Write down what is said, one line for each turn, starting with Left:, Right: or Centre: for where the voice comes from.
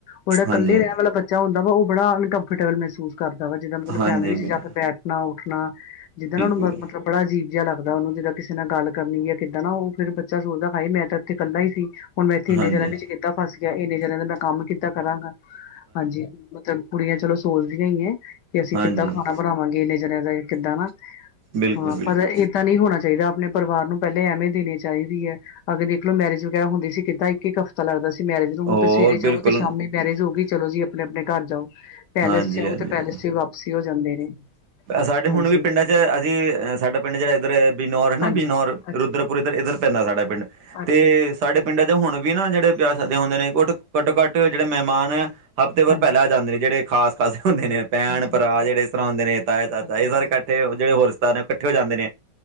Left: ਬੜ ਇਕੱਲੇ
Right: ਹਾਂਜੀ
Left: ਰਹਿਣ ਵਾਲਾ ਬੱਚਾ ਹੁੰਦਾ ਵਾ ਉਹ ਬੜਾ ਉਨਕੰਫੋਰਟੇਬਲ ਮਹਿਸੂਸ ਕਰਦਾ ਵ ਜਿੱਦਾਂ
Right: ਹਾਂਜੀ
Left: ਫੈਮਲੀ ਵਿੱਚ
Right: ਬਿਲ
Left: ਜਾ ਕੇ ਬੈਠ ਉਠਣਾ-ਉੱਠਣਾ ਜਿੱਦਾਂ
Right: ਬਿਲਕੁਲ
Left: ਉਹ ਨੂੰ ਮਤਲਬ ਬੜਾ ਅਜੀਬ ਜਿਹਾ ਲੱਗਦਾ ਉਹਨੂੰ ਜਿੱਦਾਂ ਕਿਸੇ ਨਾਲ ਗਲ ਕਰਨੀ ਹੈ ਕਿੱਦਾਂ ਨਾ ਉਹ ਫੇਰ ਬੱਚਾ ਸੋਚਦਾ ਹੈਈ ਮੈਂ ਤਾਂ ਇੱਥੇ ਇਕੱਲਾ ਹੀ ਸੀ ਹੁਣ ਮੈਂ ਇੱਥੇ ਇੰਨੇ
Right: ਹਾਂਜੀ
Left: ਜਣਿਆਂ ਵਿੱਚ ਕਿੱਦਾਂ ਫਸ ਗਿਆ ਇੰਨੇ ਜਣਿਆਂ ਦਾ ਮੈਂ ਕੰਮ ਕਿੱਦਾਂ ਕਰਾਂਗਾ ਹਾਂਜੀ ਮਤਲਬ ਕੁੜੀਆਂ ਚਲੋ ਸੋਚਦੀਆਂ ਹੀ ਹੈ ਕਿ ਅਸੀਂ
Right: ਹਾਂਜੀ
Left: ਕਿੱਦਾਂ ਖਾਣਾ ਬਣਾਵਾਂਗੇ ਇੰਨੇ ਜਨਿਆਂ ਦਾ ਕਿੱਦਾਂ ਨਾ
Right: ਬਿਲਕੁਲ
Left: ਹਾਂ
Right: ਬਿਲਕੁਲ
Left: ਪਰ ਏਦ ਨਹੀਂ ਹੋਣਾ ਚਾਹੀਦਾ ਆਪਣੇ ਪਰਿਵਾਰ ਨੂੰ ਪਹਿਲੇ ਐਵੇਂ ਦੇਣੀ ਚਾਹੀਦੀ ਹੈ ਅਗਰ ਦੇਖ ਲੋ ਮੈਰਜ ਵਗੈਰਾ ਹੁੰਦੀ ਸੀ ਕਿੱਦਾਂ ਇੱਕ ਇਕ ਹਫ ਪਤਾ ਲੱਗਦਾ ਸੀ ਮੈਰਿਜ ਨੂੰ ਹੁਣ
Right: ਹੋਰ
Left: ਤੇ ਸਵੇਰੇ
Right: ਬਿਲਕੁਲ
Left: ਜਾਓ ਤੇ ਸ਼ਾਮੀ ਮੈਰਿਜ ਹੋ ਗਈ ਚਲੋ ਜੀ ਆਪਣੇ-ਆਪਣੇ ਘਰ ਜਾਓ ਪੈਲੇਸ
Right: ਹਾਂਜੀ
Left: ਚ ਆਓ
Right: ਹਾਂਜੀ
Left: ਤੇ ਪੈਲੇਸ ਚ ਵੀ ਵਾਪਸੀ ਹੋ ਜਾਂਦੇ ਨੇ
Right: ਸਾਡੇ ਹੁਣ
Left: ਹਾਂਜੀ
Right: ਵੀ ਪਿੰਡਾਂ ਚ ਅਸੀਂ ਸਾਡਾ ਪਿੰਡ ਜਿਹੜਾ ਇੱਧਰ ਬਿਨੌਰ ਹਨਾ
Left: ਹਾਂਜੀ
Right: ਬਿਨੌਰ
Left: ਅੱਛਾ
Right: ਰੁਦਰਪੁਰ
Left: ਜੀ
Right: ਇੱਧਰ-ਇੱਧਰ ਪੈਂਦਾ ਸਾਡਾ ਪਿੰਡ
Left: ਅੱਛਾ
Right: ਤੇ
Left: ਜੀ
Right: ਸਾਡੇ ਪਿੰਡਾਂ ਦੇ ਹੁਣ ਵੀ ਨਾ ਜਿਹੜੇ ਪਿਆਸਦੇ ਹੁੰਦੇ ਨੇ ਘੱਟ ਘੱਟੋ ਘੱਟ ਜਿਹੜੇ ਮਹਿਮਾਨ ਹੈ ਹਫ਼ਤੇਬਾਰ
Left: ਹਾਂਜੀ
Right: ਪਹਿਲਾਂ ਆ ਜਾਂਦੇ ਨੇ ਜਿਹੜੇ ਖਾਸ-ਖਾਸ ਹੁੰਦੇ ਨੇ ਭੈਣ
Left: ਹਾਂਜੀ
Right: ਭਰਾ
Left: ਹਾਂਜੀ
Right: ਜਿਹੜੇ ਇਸ ਤਰ੍ਹਾਂ ਹੁੰਦੇ ਨੇ ਇਹ ਸਾਰੇ
Left: ਹਾਂਜੀ ਹਾਂਜੀ
Right: ਇਕੱਠੇ ਜਿਹੜੇ ਹੋਰਤਾਰ ਨੇ ਉਹ ਇਕੱਠੇ ਹੋ ਜਾਂਦੇ ਨੇ